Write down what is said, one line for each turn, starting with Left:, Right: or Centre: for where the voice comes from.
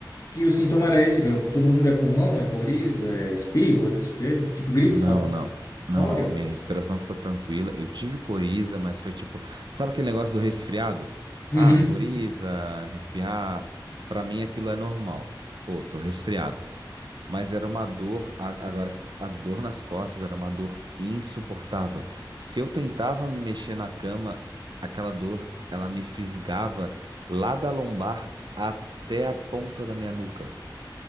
Left: que o sintoma era esse, cara. Todo mundo é pulmão, é coriza, é espirro, é não sei o quê. Tipo gripe,
Right: Não,
Left: sabe?
Right: não. Não,
Left: Olha.
Right: não, a minha respiração ficou tranquila. Eu tive coriza, mas foi tipo, sabe aquele negócio do resfriado?
Left: Uhum.
Right: Ah, coriza, respirar, pra mim aquilo é normal. Pô, tô resfriado. Mas era uma dor, a- agora as as dor nas costas era uma dor insuportável. Se eu tentava me mexer na cama, aquela dor, ela me fisgava lá da lombar até a ponta da minha nuca.